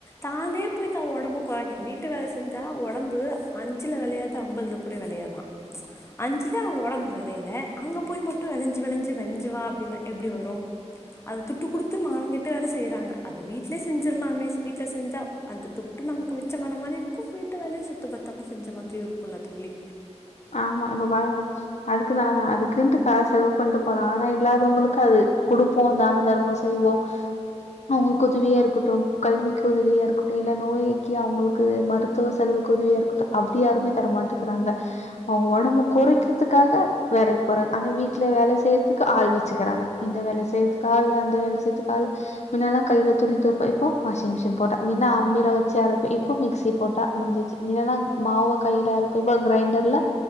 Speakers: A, on the left (about 25°); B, on the left (about 75°).
A: தானே போய் தா ஒடம்ப <unintelligible> வீட்டு வேல செஞ்ச ஒடம்பு அஞ்சு வெளயாது அம்பதுல கூட வெளயாதா ச்ச் அஞ்ச்ல்யே ஒடம்பு வெளயல அங்க போய் மட்டு வெளஞ்சு வெளஞ்சு வெளஞ்சு வா அப்டினா எப்டி வரு அது துட்டு குடுத்து மானங்கெட்டு வேற செய்றாங்க அத வீட்ல்யே செஞ்சுர்லாமே வீட்ல செஞ்சா அந்த துட்டு நமக் மிச்சமான மாரி இருக்கு வீட்டு வேலயு சுத்த பத்தாம செஞ்ச மாத்ரியு இருக்குல தோழி
B: ஆமா இப்ப பாருங்களே அதுக்குதான அதுக்குன்ட்டு கால செலவு பண்டனட்டு போறாங் ஆனா இல்லாதவங்களுக்கு அது குடுப்போ தான தர்மம் செய்வோ அவுங்ளுக்கு உதவியா இருக்கட்டு கல்விக்கு உதவியா இருக்கட்டு இல்ல நோய்க்கி அவுங்களுக்கு மருத்துவ செலவுக்கு உதவியா இருக்கட்டு அப்டி யாருமே தர மாட்டேக்கிறாங்க அவுங்க ஒடம்பு குறைக்கிறதுக்காக வேலைக் போறாங் ஆனா வீட்டுல வேல செய்யற்துக்கு ஆள் வெச்சுக்கிறாங்க இந்த வேல செய்யதுக்கு ஆளு அந்த வேல் செய்யதுக்கு ஆளு மின்னெல்லா கைல துணி தோப்போ இப்போ வாஷிங் மிஷின் போட்டா மின்ன அம்மில வச்சு அரப்ப இப்போ மிக்சி போட்டா முடிஞ்சிச்சு மின்னல்லா மாவ கைல அரப்போ இப்ப க்ரைண்டர்ல